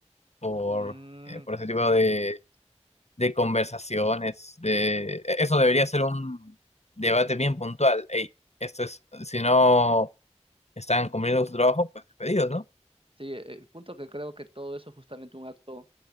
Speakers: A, on the left; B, on the right.
A: por,
B: Mm,
A: eh, por ese tipo de de conversaciones, de e, eso debería ser un debate bien puntual. Ey, esto es, si no están cumpliendo su trabajo, pues despedidos, ¿no?
B: Sí, eh, el punto que creo que todo eso es justamente un acto